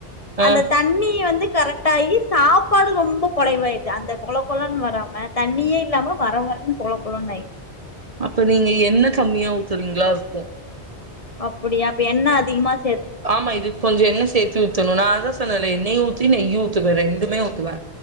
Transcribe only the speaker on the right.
ஆ
அப்ப நீங்க என்ன கம்மியா ஊத்துறீங்களா இருக்கும்
ஆமா இதுக் கொஞ்சொ எண்ணெ சேத்து த்துணு நா அதா சொன்னல எண்ணயு ஊத்தி நெய்யு ஊத்துவே ரெண்டுமே ஊத்துவே